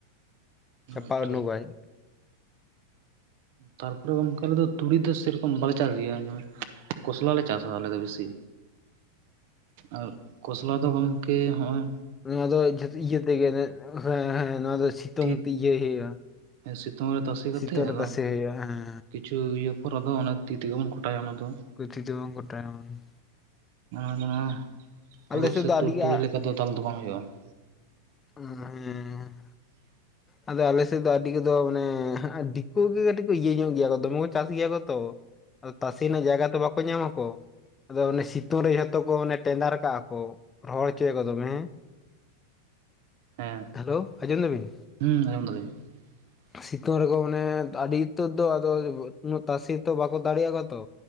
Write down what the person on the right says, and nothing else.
ᱟᱪᱪᱷᱟ
ᱛᱟᱨᱯᱚᱨᱮ ᱜᱚᱢᱠᱮ ᱟᱞᱮ ᱫᱚ ᱛᱩᱲᱤ ᱫᱚ ᱥᱮᱨᱚᱠᱚᱢ ᱵᱟᱞᱮ ᱪᱟᱥ ᱜᱮᱭᱟ ᱡᱮᱢᱚᱱ ᱾ ᱠᱚᱥᱞᱟ ᱞᱮ ᱪᱟᱥᱟ ᱟᱞᱮ ᱫᱚ ᱵᱮᱥᱤ ᱟᱨ ᱠᱚᱥᱞᱟ ᱫᱚᱢᱼᱼ ᱠᱮ ᱱᱚᱜᱼᱚᱭ
ᱛᱤ
ᱥᱤᱛᱩᱝ ᱨᱮ ᱛᱟᱥᱮ ᱠᱟᱛᱮᱫ
ᱟᱫᱚ
ᱠᱤᱪᱷᱩ ᱤᱭᱟᱹᱼᱼ ᱯᱚᱨ ᱟᱫᱚ ᱚᱱᱟ ᱛᱤ ᱛᱮᱜᱮ ᱵᱚᱱ ᱠᱚᱴᱟᱭᱟ ᱚᱱᱟ ᱫᱚ ᱾
ᱚᱱᱟ ᱫᱚ ᱦᱩᱲᱩ
ᱥᱮ
ᱛᱩᱲ
ᱛᱩᱲᱤ
ᱞᱮᱠᱟ ᱫᱚ ᱫᱟᱞ ᱫᱚ ᱵᱟᱝ ᱦᱩᱭᱩᱜᱼᱟ ᱾
<inaudible>
ᱦᱮᱸ
ᱦᱩᱸ ᱟᱸᱡᱚᱢ <inaudible>